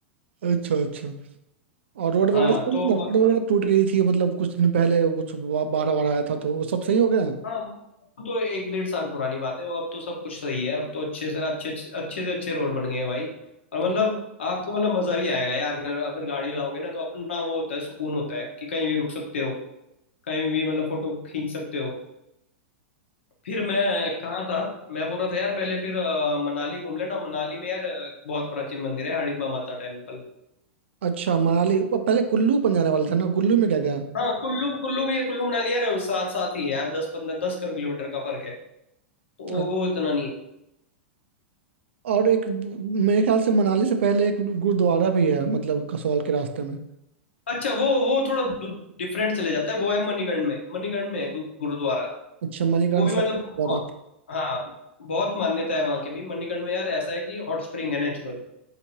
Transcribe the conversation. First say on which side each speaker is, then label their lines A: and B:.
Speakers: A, on the right; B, on the left.
A: अच्छा अच्छा और रोड वगैरह
B: हाँ
A: सही
B: तो
A: है रोड वगैरह टूट गई थी मतलब कुछ दिन पहले कुछ बाढ़ वार आया था तो वो सब सही हो गया
B: हाँ वो तो एक डेढ़ साल पुरानी बात है वो अब तो सब कुछ सही है अब तो अच्छे से अच्छे अच्छे से अच्छे रोड बन गए हैं भाई और मतलब
A: अच्छा
B: आपको मतलब मजा भी आएगा यार अगर अगर गाड़ी लाओगे ना तो अपना वो होता है सुकून होता है कि कहीं भी रुक सकते हो कहीं भी मतलब फोटो खींच सकते हो फिर मैं कहाँ था मैं बोल रहा था यार पहले फिर अ, मनाली घूम लेना मनाली में यार अ, बहुत प्राचीन मंदिर है हडिम्बा माता टेम्पल
A: अच्छा, मनाली अब पहले कुल्लू पर जाने वाले थे ना कुल्लू में क्या गया
B: हाँ कुल्लू कुल्लू भी है कुल्लू मनाली यार साथ साथ ही है यार दस पंद्रह दस कर किलोमीटर का फर्क है तो वो
A: अ-
B: वो इतना नहीं है
A: और एक मेरे ख्याल से मनाली से पहले एक गुरुद्वारा भी है मतलब कसौल के रास्ते में
B: अच्छा वो वो थोड़ा डिफरेंट चले जाता है वो है मणिकर्ण में मणिकर्ण में है गु- गुरुद्वारा
A: अच्छा मणिकरण
B: वो भी मतलब
A: साहिब
B: बहुत
A: गुरुद्वारा
B: हाँ बहुत मान्यता है वहाँ की भी मणिकर्ण में यार ऐसा है कि हॉट स्प्रिंग है नेचुरल